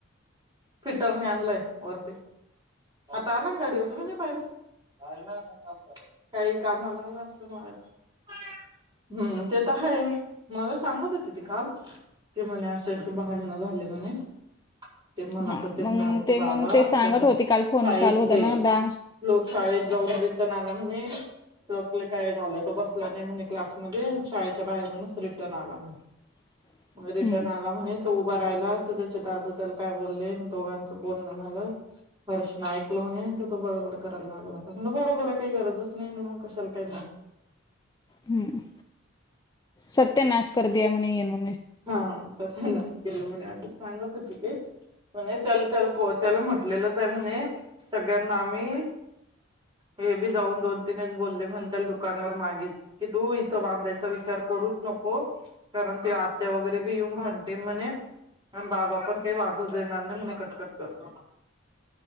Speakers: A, on the right; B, on the left.
A: फिटरने आणलाय वरती... आता आला ना गाडीवरच पण नाही पाहिलं... काही कामाला आलं असं मला... हम्म ते तर आहे मला सांगत होते ते काल... कि म्हणे असे अस भांडण झाले म्हणे... ते म्हणत
B: हा
A: होते
B: मग
A: म्ह आमचे
B: ते
A: बाबा
B: मग ते सांगत होती काल फोन
A: साई
B: चालू होता
A: हे
B: ना दा
A: लोक.. शाळेत जाऊन रिटर्न आला म्हणे... आपलं काय झालं त बसला नाही म्हणे क्लासमध्येध्ये शाळेच्या बाहेरूनच रिटर्न आला म्हने...
B: <inaudible>
A: मग रिटर्न
B: हम्म
A: आला म्हणे तो... राहायला तर त्याचे दादू त्याला काय बोलले दोघांच बोलणं झालं. हर्षन ऐकलं म्हणे त तो बरोबर करायला लागलाता म्ह बरोबर काही गरजच नाही ना मग कशाला काही मा..
B: हम्म सत्य नास कर द्या म्हनी येन..
A: हा असतना केल म्हणे असं सांगत होती ते... म्हणे ल त्याल प त्याला म्हटलेलंच आहे म्हणे सगळ्यांना आम्ही... हे बी जाऊन दोन तीनच बोलले म्हणता दुकानवर मागेच की तू इथं बांधायच.. विचार करूच नको कारण ते आत्या वगैरे बी येऊन भांडतील म्हने.. पण बाबा पण काही बांधू देणार नाही म्हणे कटकट करतो..